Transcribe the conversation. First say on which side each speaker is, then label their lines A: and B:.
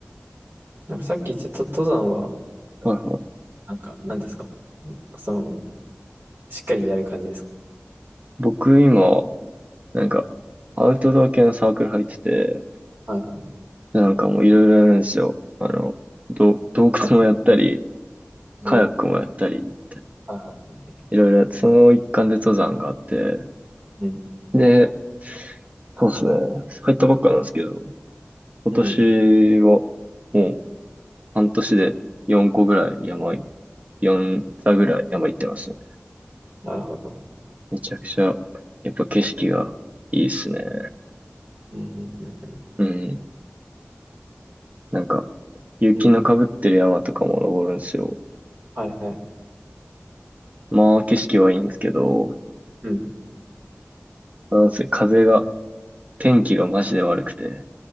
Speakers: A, on the right; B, on the right.
A: なんかさっき言ってたと登山は、
B: はいはい。
A: なんか、何ですかその、しっかりやる感じですか
B: 僕今、なんか、アウトドア系のサークル入ってて、
A: はいは
B: でなんかもういろいろやるんですよ。あの、ど洞窟もやったり、
A: い。
B: カヤックもやったり、
A: えー、はいは
B: いろいろやって、その一環で登山があって、
A: い。うん。
B: で、そうですね。入ったばっかなんですけど、今年はもう
A: うん。
B: 半年で4個ぐらい山い、4座ぐらい山行ってますね。
A: なるほど。
B: めちゃくちゃ、やっぱ景色がいいっすね。
A: うん。うん。うん。
B: うん。なんか、雪の被ってる山とかも登るんですよ。
A: うん。うんはいはい。
B: まあ、景色はいいんですけど、
A: うん。
B: なんせ風が、天気がマジで悪くて、